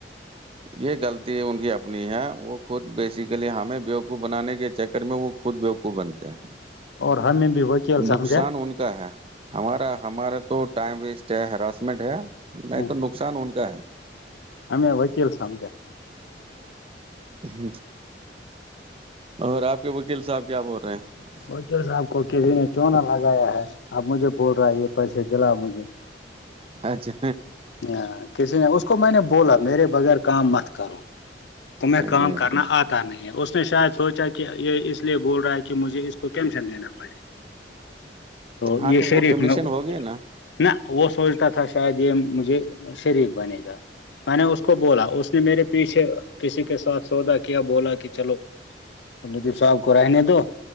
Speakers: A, on the right; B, on the left.
A: یہ غلطی ان کی اپنی ہے وہ خود بیسیکلی ہمیں بیو کو بنانے کے چکر میں وہ خود بیوقوع بنتے ہیں
B: اور ہمیں بھی وکیل
A: نقصان
B: سمجھا
A: ان کا ہے ہمارا ہمارا تو ٹائم ویسٹ ہے ہراسمنٹ ہے نہیں
B: ہیں
A: تو نقصان ان کا ہے
B: ہمیں وکیل سمجھیا
A: ہ اور آپ کے وکیل صاحب کیا بول رہے ہیں
B: وکیل صاحب کو کسی نے کی نہ لگایا ہے آب مجھے بول رہا ہے یہ پیسے دلا مجھے
A: اچھا
B: ہ کسی نے اس کو میں نے بولا میرے بغیر کام مت کرو تو میں
A: اچھا
B: کام کرنا آ نہیں ہے اس نے شاید سوچا کہ یہ اس لیے بول رہا ہے کہ مجھے اس کو کیمشن دینا پڑے
A: ہاں
B: یہ
A: تو
B: شریک
A: وہ کمیشن
B: میں
A: ہو گیا نا
B: نہ وہ سوچتا تھا شاید یہ مجھے شریک بنے گا میں نے اس کو بولا اس نے میرے پیچھے کسی کے ساتھ سودا کیا بولا کہ چلو الدیپ صاحب کو رہنے دو